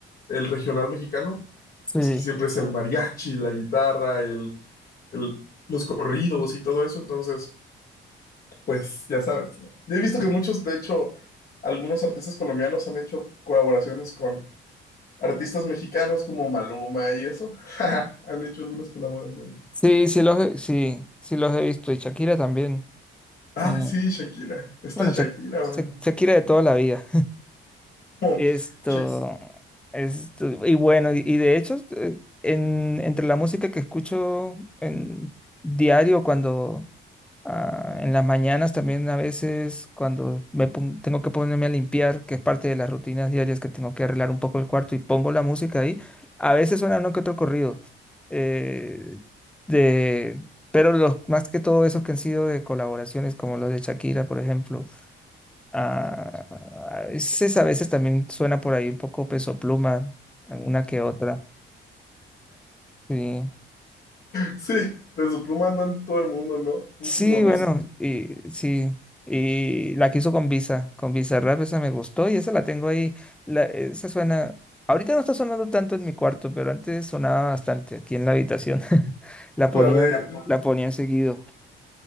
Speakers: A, on the left; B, in the centre.
A: El regional mexicano.
B: sí,
A: Es que siempre es el Ujú. mariachi, la guitarra, el, el- los corridos y todo eso. Entonces, pues ya sabes. ¿no? Yo he visto que muchos, de hecho, algunos artistas colombianos han hecho colaboraciones con artistas mexicanos como Maluma y eso. <laughs> Han hecho algunas colaboraciones.
B: sí, sí los he, sí, sí los he visto y Shakira también.
A: Ah,
B: Eh,
A: sí, Shakira. Esta
B: bueno,
A: Shakira,
B: Shak-
A: man.
B: Shak- Shakira de toda la vida.
A: Como,
B: Esto,
A: Shak-
B: esto, y bueno, y, y de hecho, eh, en, entre la música que escucho en diario, cuando ah, en las mañanas también a veces, cuando me pon- tengo que ponerme a limpiar, que es parte de las rutinas diarias que tengo que arreglar un poco el cuarto y pongo la música ahí, a veces suena uno que otro corrido, eh, de, pero los, más que todo esos que han sido de colaboraciones, como los de Shakira, por ejemplo Ah, a veces, a veces también suena por ahí un poco Peso Pluma, alguna que otra. Sí,
A: sí, de su pluma andan en todo el mundo, ¿no? Últimamente.
B: sí, bueno, y sí. Y la quiso con Visa, con Bizarrap, esa me gustó y esa la tengo ahí. La, esa suena. Ahorita no está sonando tanto en mi cuarto, pero antes sonaba bastante aquí en la habitación. <laughs> La ponían,
A: La de...
B: la ponían seguido.